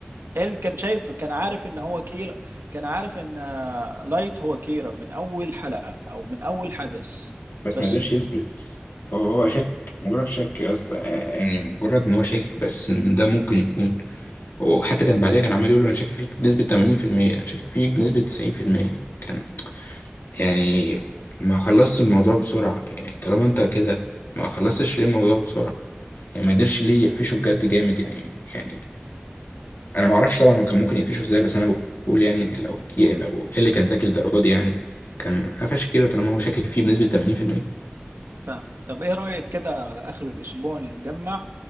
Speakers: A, on the right; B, on the left.
A: ال كان شايف كان عارف ان هو كيرا كان عارف ان آه، لايت هو كيرا من اول حلقه او من اول حدث
B: بس
A: بس
B: ما قدرش يثبت هو هو شك مجرد شك يا اسطى يعني مجرد ان هو شاكك بس ان ده ممكن يكون هو حتى كان بعديها كان عمال يقول له انا شاكك فيك بنسبة 80% انا شاكك فيك بنسبة 90% كان يعني ما خلصت الموضوع بسرعة يعني طالما انت كده ما خلصتش ليه الموضوع بسرعة يعني ما قدرش ليه يقفشه بجد جامد يعني يعني انا ما اعرفش طبعا هو كان ممكن يقفشه ازاي بس انا بقول يعني لو لو إيه اللي كان ذكي للدرجة دي يعني كان قفش كيرا طالما هو شاكك فيه بنسبة 80%
A: فاهمك طب ايه رأيك كده على اخر الاسبوع نتجمع